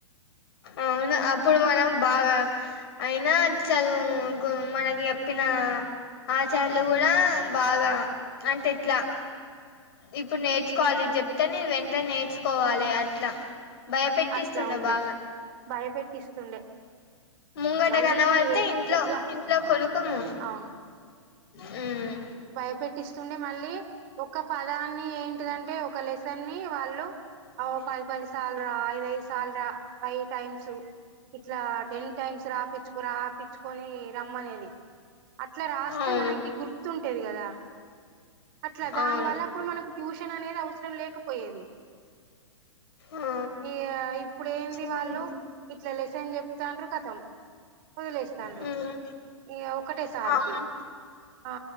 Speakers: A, on the left (about 50°); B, on the right (about 40°).
A: అవును అప్పుడు మనం బాగా అయినా చదువు గు మనకి చెప్పిన ఆచార్యులు కూడా బాగా అంటే ఎట్లా ఇప్పుడు నేర్చుకోవాలి చెప్తేనే వెంట నేర్చుకోవాలి అట్లా భయ పెట్టిస్తుండు
B: అట్లా ఉండే
A: బాగా
B: భయపెట్టిస్తుండే
A: ముంగట
B: మళ్ళీ
A: కనమడితే
B: ఎ-
A: ఇంట్లో
B: ఎట్లా
A: ఇంట్లో కొలుకుము
B: అవును
A: హ్మ్
B: భయపెట్టిస్తుండే మళ్ళీ ఒక పదాన్ని ఏంటిదంటే ఒక లెస్ తన్ని వాళ్ళు ఓ పది పది సార్లు రా ఐద ఐదు సాల్ రా ఫైవ్ టైమ్స్ మ్స్ ఇట్ల టెన్ టైమ్స్ రాపిచ్చుకురా రా కొని రమ్మనేది అట్లా రాస్తే
A: అవును
B: మనకి గుర్ ఉంటది కదా అట్ల దాని
A: అవును
B: వల్ల అప్పుడు మనకు ట్యూషన్ అనేది అవసరం లేకపోయేది
A: ఆ
B: ఇగ ఇప్పుడేంది
A: చూడండి
B: వాళ్ళు ఇట్లా లెసన్ చెప్తాండ్రు కథం వదిలేస్తాండ్రు
A: మ్మ్
B: ఇంగ ఒకటే సారికి
A: అవును
B: ఆ